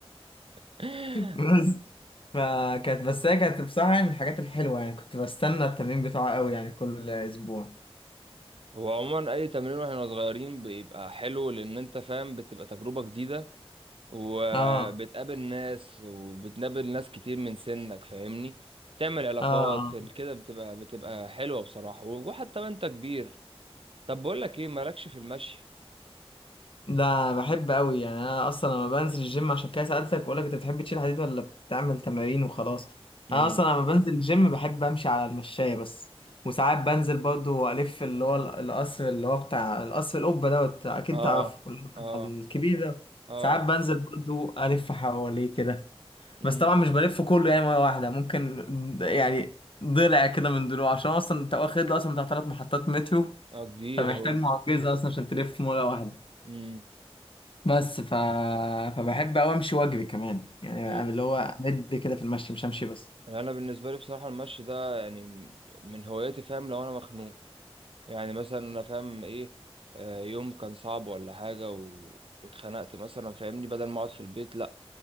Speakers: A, on the right; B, on the left.
A: <laughs>
B: بس فكانت بس هي كانت بصراحه يعني من الحاجات الحلوه يعني كنت بستنى التمرين بتاعه قوي يعني كل اسبوع
A: هو عموما اي تمرين واحنا صغيرين بيبقى حلو لان انت فاهم بتبقى تجربة جديدة وبتقابل
B: اه
A: ناس وبتقابل ناس كتير من سنك فاهمني بتعمل علاقات
B: اه
A: كده بتبقى بتبقى حلوة بصراحة وحتى وانت كبير طب بقول لك ايه مالكش في المشي
B: ده بحب قوي يعني انا اصلا لما بنزل الجيم عشان كده سالتك بقول لك انت بتحب تشيل حديد ولا بتعمل تمارين وخلاص
A: امم
B: انا اصلا لما بنزل الجيم بحب امشي على المشايه بس وساعات بنزل برضو الف اللي هو ال- القصر اللي هو بتاع القصر القبه دوت اكيد
A: اه
B: تعرفه اللي هو بتاع
A: اه
B: الكبير ده
A: اه
B: ساعات بنزل برضو الف حواليه كده
A: امم
B: بس طبعا مش بلف كله يعني مره واحده ممكن ض- يعني ضلع كده من ضلوع عشان اصلا انت واخد له اصلا بتاع ثلاث محطات مترو
A: اه كبير
B: فمحتاج
A: هو
B: معجزه اصلا عشان تلف مره واحده
A: امم
B: بس ف... فبحب أوي أمشي وأجري كمان يعني
A: ال-
B: اللي هو أمد كده في المشي مش أمشي بس
A: انا بالنسبه لي بصراحه المشي ده يعني من هواياتي فاهم لو انا مخنوق يعني مثلا انا فاهم ايه آه، يوم كان صعب ولا حاجه و... واتخنقت مثلا فاهمني بدل ما اقعد في البيت لا